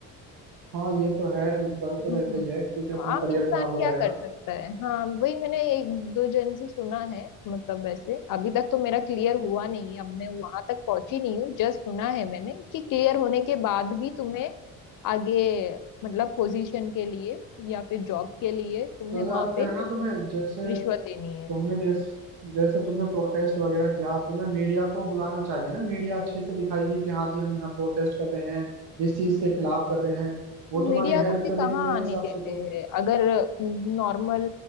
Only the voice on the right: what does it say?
हाँ ये तो है डर तो
रहता ही है क्योंकि अपना
करियर
खराब हो
जाएगा
तो
यार फिर
ना तुम्हें जैसे
तुमने जैस, जैसे तुमने प्रोटेस्ट वगैरह किया तुम्हें मीडिया को बुलाना चाहिए ना मीडिया अच्छे से दिखाएगी कि हाँ जी हम यहाँ प्रोटेस्ट कर रहे हैं इस चीज के खिलाफ कर रहे हैं वो तुम्हारी
हेल्प
करेगी
मेरे
हिसाब
से तो